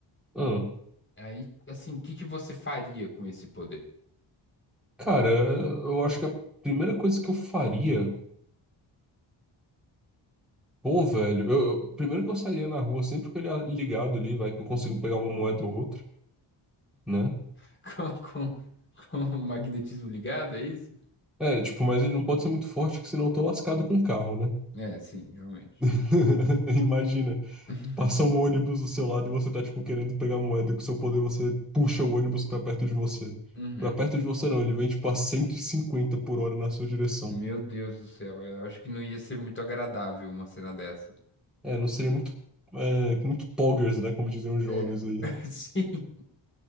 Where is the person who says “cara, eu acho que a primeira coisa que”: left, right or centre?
Centre